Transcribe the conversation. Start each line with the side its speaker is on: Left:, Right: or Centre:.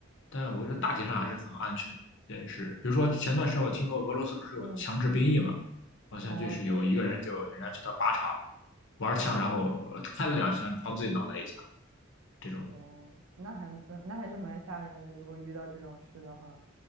Left: 但我觉得大体上还是很安全的。
Right: 嗯
Left: 但是比如说前段时间我听说俄罗斯不是有强制兵役嘛，
Right: 嗯，
Left: 好像就是有一个人就人家去到靶场
Right: 哦对，
Left: 玩枪，然后开了两枪，朝自己脑袋一枪这种。
Right: 天，那还呃那还是蛮吓人的。如果遇到这种事的话，